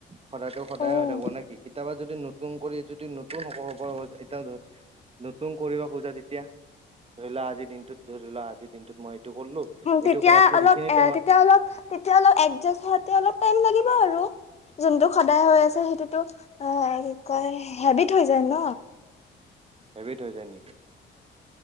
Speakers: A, on the right; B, on the left.
A: সদায়টো সদায়
B: উম
A: হৈ থাকিব নে কি কেতিয়াবা যদি নতু নতুন কৰি যদি নতুন হ'বৰ হ'ব এতিয়া নতুন কৰিব খোজা তেতিয়া ধৰি লোৱা আজিৰ দিনটোত ধৰি লোৱা আজিৰ দিনটোত মই এইটো কৰিলো এইটো
B: তেতিয়া
A: কৰা যে
B: অলপ
A: এইখিনি
B: এ
A: টাইমত
B: তেতিয়া অলপ তেতিয়া হ'লে এডজাষ্ট হওঁতে অলপ টাইম লাগিব আৰু যোনটো সদায় হৈ আছে সেইটোতো অ কি কয় হেবিত হৈ যায় ন
A: হেভিট হৈ যায় নেকি